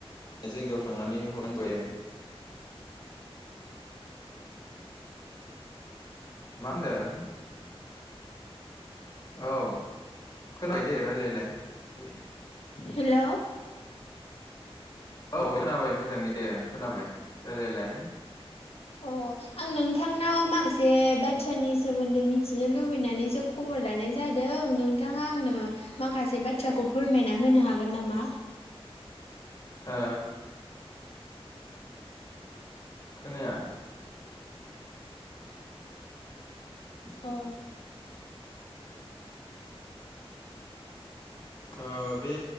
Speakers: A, on the left (about 40°); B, on the left (about 70°).
A: जायगायाव थांनानै हरनो <unintelligible> मा होनदों औ खोनाय दे रायलायलाय रायलायदो रायलादो।
B: हेलौ
A: औ खोनाबाय मोजाङै दे खोनाबाय रायलायलाय।
B: अ आं नोंथांनाव माखासे बाथ्रानि सोमोन्दै मिथिनो लुबैनानैसो खबर लानाय जादों नोंथाङा आंनो माखासे बाथ्राखौ फोरमायना होनो हागोन नामा?
A: हा खोनाया <inaudible>
B: अ
A: ओ बे